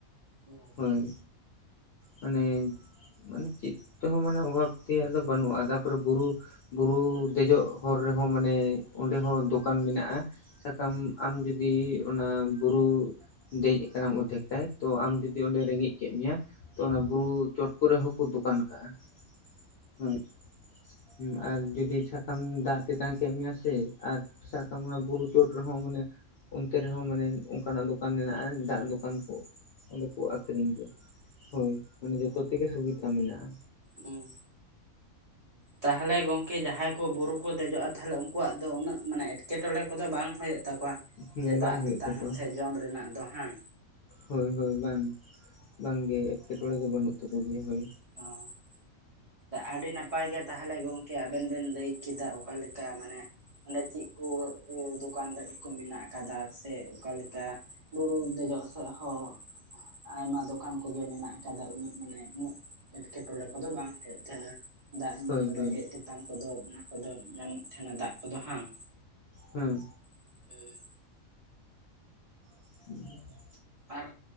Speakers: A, on the right; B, on the left.
A: ᱦᱮᱸ
B: ᱦᱳᱭ ᱢᱟᱱᱮ ᱢᱟᱱᱮ ᱪᱮᱫ ᱛᱮᱦᱚᱸ ᱢᱟᱱᱮ ᱚᱵᱷᱟᱵ ᱛᱮᱭᱟᱜ ᱫᱚ ᱵᱟᱹᱱᱩᱜᱼᱟ᱾ ᱛᱟᱨᱯᱚᱨᱮ ᱵᱩᱨᱩ ᱵᱩᱨᱩ ᱫᱮᱡᱚᱜ ᱦᱚᱨ ᱨᱮᱦᱚᱸ ᱢᱟᱱᱮ ᱚᱸᱰᱮ ᱦᱚᱸ ᱫᱚᱠᱟᱱ ᱢᱮᱱᱟᱜᱼᱟ᱾ ᱥᱟᱠᱟᱢ ᱟᱢ ᱡᱩᱫᱤ ᱚᱱᱟ ᱵᱩᱨᱩ ᱫᱮᱡ ᱟᱠᱟᱱᱟᱢ ᱚᱨᱫᱷᱮᱠ ᱴᱟᱭ ᱛᱚ ᱟᱢ ᱡᱩᱫᱤ ᱚᱱᱰᱮ ᱨᱮᱸᱜᱮᱡ ᱠᱮᱫ ᱢᱮᱭᱟ ᱛᱚ ᱚᱱᱟ ᱵᱩᱨᱩ ᱪᱚᱴ ᱠᱚᱨᱮ ᱦᱚᱸᱠᱚ ᱫᱚᱠᱟᱱ ᱠᱟᱜᱼᱟ? ᱦᱮᱸ᱾ ᱦᱩᱸ ᱟᱨ ᱡᱩᱫᱤ ᱥᱟᱵ ᱠᱟᱜ ᱢᱮ ᱫᱟᱜ ᱛᱮᱛᱟᱝ ᱠᱮᱫ ᱢᱮᱭᱟ ᱥᱮ ᱟᱨ ᱥᱟᱵ ᱠᱟᱜ ᱢᱮ ᱚᱱᱟ ᱵᱩᱨᱩ ᱪᱚᱴ ᱨᱮᱦᱚᱸ ᱢᱟᱱᱮ ᱚᱱᱛᱮ ᱨᱮᱦᱚᱸ ᱢᱟᱱᱮ ᱚᱱᱠᱟᱱᱟᱜ ᱫᱚᱠᱟᱱ ᱢᱮᱱᱟᱜ-ᱟ ᱫᱟᱜ ᱫᱚᱠᱟᱱ ᱠᱚ ᱚᱸᱰᱮ ᱠᱚ ᱟᱹᱠᱷᱨᱤᱧ ᱜᱮᱭᱟ ᱦᱳᱭ᱾ ᱢᱟᱱᱮ ᱡᱚᱛᱚ ᱛᱮᱜᱮ ᱥᱩᱵᱤᱛᱟ ᱢᱮᱱᱟᱜ-ᱟ᱾
A: ᱦᱩᱸ ᱛᱟ ᱛᱟᱦᱚᱞᱮ ᱜᱚᱢᱠᱮ ᱡᱟᱦᱟᱸᱭ ᱠᱚ ᱵᱩᱨᱩ ᱠᱚ ᱫᱮᱡᱚᱜ-ᱟ ᱛᱟᱦᱚᱞᱮ ᱩᱱᱠᱩᱣᱟᱜ ᱫᱚ ᱩᱱᱟᱹᱜ ᱢᱟᱱᱮ ᱮᱴᱠᱮᱴᱚᱲᱮ ᱠᱚᱫᱚ ᱵᱟᱝ ᱦᱳᱭᱳᱜ ᱛᱟᱠᱚᱣᱟ
B: ᱵᱟᱝ
A: ᱡᱮ ᱫᱟᱜ
B: ᱦᱩᱭᱩᱜ
A: ᱛᱮᱛᱟᱝ
B: ᱛᱟᱠᱚᱣᱟ
A: ᱥᱮ ᱡᱚᱢ ᱨᱮᱱᱟᱜ ᱫᱚ ᱦᱟᱝ
B: ᱦᱳᱭ ᱦᱳᱭ ᱵᱟᱝ ᱵᱟᱝ ᱜᱮ ᱮᱸᱴᱠᱮᱴᱚᱲᱮ ᱫᱚ ᱵᱟᱹᱱᱩᱜ ᱛᱟᱠᱚ ᱜᱮᱭᱟ ᱦᱳᱭ᱾
A: ᱦᱮᱸ ᱟᱹᱰᱤ ᱱᱟᱯᱟᱭ ᱜᱮ ᱛᱟᱦᱚᱞᱮ ᱜᱚᱝᱠᱮ ᱟᱵᱮᱱ ᱵᱮᱱ ᱞᱟᱹᱭ ᱠᱮᱫᱟ ᱚᱠᱟ ᱞᱮᱠᱟ ᱢᱟᱱᱮ᱾ ᱚᱸᱰᱮ ᱪᱮᱫ ᱠᱚ ᱫᱚᱠᱟᱱ ᱫᱟᱨᱤ ᱠᱚ ᱢᱮᱱᱟᱜ ᱟᱠᱟᱫᱟ ᱥᱮ ᱚᱠᱟᱞᱮᱠᱟ ᱵᱩᱨᱩ ᱫᱮᱡᱚᱜ ᱥᱮᱫ ᱦᱚᱸ ᱟᱭᱢᱟ ᱫᱚᱠᱟᱱ ᱠᱚᱜᱮ ᱢᱮᱱᱟᱜ ᱟᱠᱟᱫᱟ᱾ ᱩᱱᱟᱹᱜ ᱢᱟᱱᱮ ᱩᱱᱟᱹᱜ ᱮᱸᱴᱠᱮᱴᱚᱬᱮ ᱠᱚᱫᱚ ᱵᱟᱝ ᱦᱮᱡ ᱟᱠᱟᱱᱟ᱾ ᱫᱟᱜ
B: ᱦᱳᱭ
A: ᱧᱩ
B: ᱦᱳᱭ
A: ᱨᱮᱸᱜᱮᱡ ᱛᱮᱛᱟᱝ ᱠᱚᱫᱚ ᱟᱫᱚ ᱧᱟᱢᱚᱜ ᱛᱟᱦᱮᱱᱟ ᱫᱟᱜ ᱠᱚᱫᱚ ᱦᱟᱝ?
B: ᱦᱩᱸ᱾
A: <unintelligible>
B: <inaudible>
A: ᱟᱨ,